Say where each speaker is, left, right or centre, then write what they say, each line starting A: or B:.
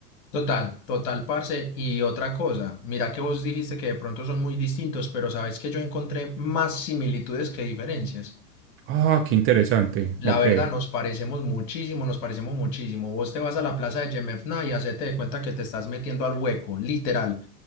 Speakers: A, on the left; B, on the right.
A: Total, total, parce. Y otra cosa, mira que vos dijiste que de pronto son muy distintos, pero sabes que yo encontré más similitudes que diferencias.
B: Ah, qué interesante.
A: La
B: Ok.
A: verdad, nos parecemos muchísimo, nos parecemos muchísimo. Vos te vas a la plaza de Yemefna y hacete de cuenta que te estás metiendo al hueco, literal.